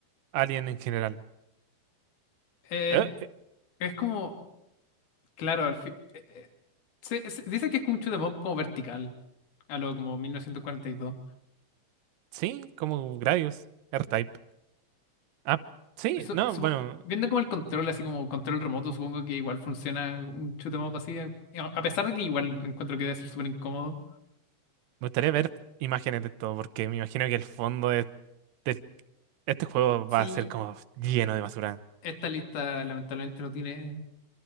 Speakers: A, on the right; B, on the left.
A: Alien en general?
B: Eh,
A: Eh, eh,
B: es como, claro, al fin. Se- se- dice que es como un shoot 'em up como vertical, a lo como 1942.
A: sí, como Gradius, R-Type. Ah, sí,
B: Eso,
A: no,
B: supo-
A: bueno,
B: viendo como el control, así como control remoto, supongo que igual funciona un shoot 'em up así. A a pesar de que igual encuentro que debe ser súper incómodo.
A: me gustaría ver imágenes de esto, porque me imagino que el fondo de, de este juego
B: Sí,
A: va a ser como lleno de basura.
B: esta lista lamentablemente no tiene